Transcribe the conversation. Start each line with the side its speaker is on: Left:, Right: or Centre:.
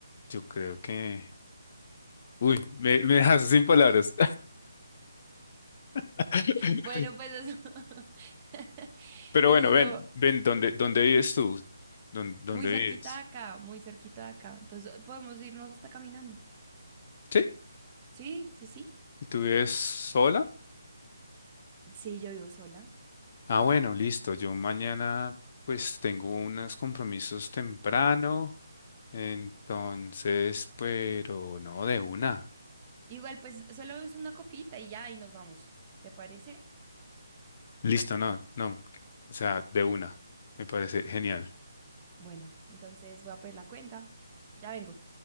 Left: Yo creo que... Uy, me, me dejas sin palabras. <laughs>
Right: Bueno, pues eso, <laughs>
Left: Pero
Right: eso
Left: bueno,
Right: es
Left: ven,
Right: lo
Left: ven, ¿dónde, dónde vives tú? ¿Dónde, dónde
Right: muy cerquita
Left: vives?
Right: de acá, muy cerquita de acá. Entonces podemos irnos hasta caminando.
Left: ¿Sí?
Right: Sí, sí, sí.
Left: ¿Y tú vives sola?
Right: Sí, yo vivo sola.
Left: Ah, bueno, listo. Yo mañana pues tengo unos compromisos temprano. Entonces, pero no, de una.
Right: Igual, pues solo es una copita y ya, y nos vamos. ¿Te parece?
Left: Listo, no, no. O sea, de una. Me parece genial.
Right: Bueno, entonces voy a pedir la cuenta. Ya vengo.